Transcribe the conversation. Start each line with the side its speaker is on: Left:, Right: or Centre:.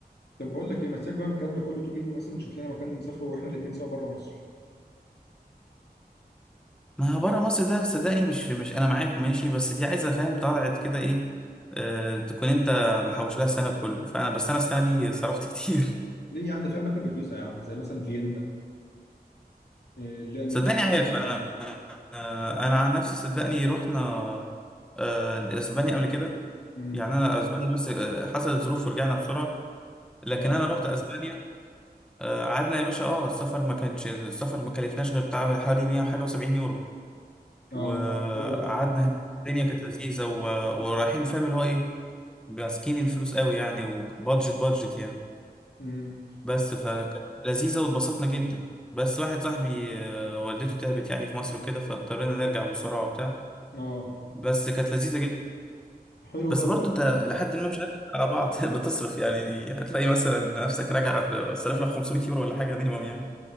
Left: طب بقول لك ايه ما تسيبك بقى من الكلام ده كله تيجي مثلا نشوف لنا مكان نسافره واحنا الاثنين سوا بره مصر
Centre: ما بره مصر ده صدقني مش مش انا معاك ماشي بس دي عايزه فاهم طلعت كده ايه آه تكون انت محوش لها السنه كله فانا بس انا السنه دي صرفت كتير
Left: ليه يا عم ده في اماكن رخيصه يا عم زي مثلا فيينا إيه
Centre: <laughs>
Left: اللي هي النمسا
Centre: صدقني عارف انا آه انا عن نفسي صدقني رحنا آه اسبانيا قبل كده
Left: امم
Centre: يعني انا اسبانيا بس آه حصلت ظروف ورجعنا بسرعه لكن
Left: اه
Centre: انا رحت اسبانيا آه قعدنا يا باشا اه السفر ما كانش السفر ما كلفناش غير بتاع حوالي 100 وحاجه و70 يورو
Left: اه
Centre: وقعدنا
Left: ده بالنسبة لي ده
Centre: هناك الدنيا كانت لذيذه و... ورايحين فاهم اللي هو ايه ماسكين الفلوس قوي يعني وبادجت بادجت يعني
Left: امم
Centre: بس فكانت لذيذة واتبسطنا جدا بس واحد صاحبي آه، والدته تعبت يعني في مصر كده فاضطرينا نرجع بسرعة وبتاع
Left: اه
Centre: بس كانت لذيذة جدا
Left: حلو
Centre: بس
Left: ده
Centre: برضو
Left: والله
Centre: انت لحد ما مش هنضحك على بعض <laughs> بتصرف يعني يعني هتلاقي مثلا نفسك راجع صرف لك 500 يورو ولا حاجة مينيمم يعني